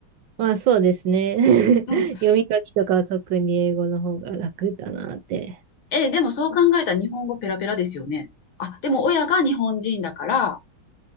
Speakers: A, on the right (about 70°); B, on the left (about 75°).
A: まあそうですね。<laughs>
B: うん。
A: 読み書きとかは特に英語の方が楽だなって。
B: えでもそう考えたら日本語ペラペラですよね。あ、でも親が日本人だから、